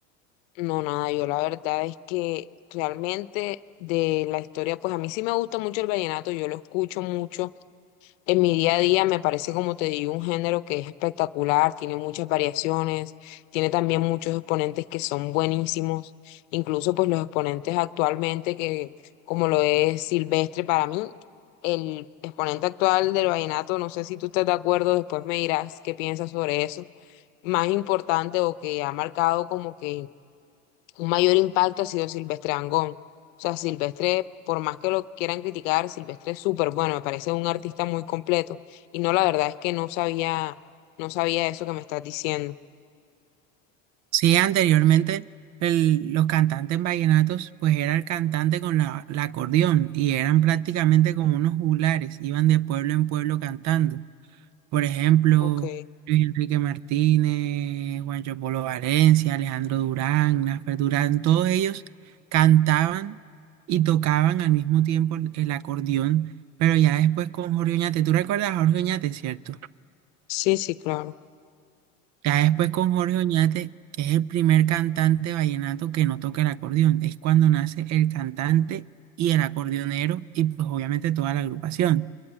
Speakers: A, on the left; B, on the right.
A: No, nada, yo la verdad es que realmente de la historia, pues a mí sí me gusta mucho el vallenato, yo lo escucho mucho en mi día a día me parece, como te digo, un género que es espectacular, tiene muchas variaciones, tiene también muchos exponentes que son buenísimos, incluso pues los exponentes actualmente que, como lo es Silvestre para mí, el exponente actual del vallenato, no sé si tú estás de acuerdo, después me dirás qué piensas sobre eso, más importante o que ha marcado como que un mayor impacto ha sido Silvestre Dangond. O sea, Silvestre, por más que lo quieran criticar, Silvestre es súper bueno, me parece un artista muy completo. Y no, la verdad es que no sabía, no sabía eso que me estás diciendo.
B: Sí, anteriormente el- los cantantes vallenatos, pues era el cantante con la, la acordeón y eran prácticamente como unos juglares, iban de pueblo en pueblo cantando. Por ejemplo,
A: Ok,
B: Luis Enrique Martínez, Juancho Polo Valencia, Alejandro Durán, Nafer Durán, todos ellos cantaban y tocaban al mismo tiempo el el acordeón, pero ya después con Jorge Oñate. ¿Tú recuerdas a Jorge Oñate, cierto?
A: sí, sí, claro.
B: Ya después con Jorge Oñate, que es el primer cantante vallenato que no toca el acordeón, es cuando nace el cantante y el acordeonero y pues obviamente toda la agrupación.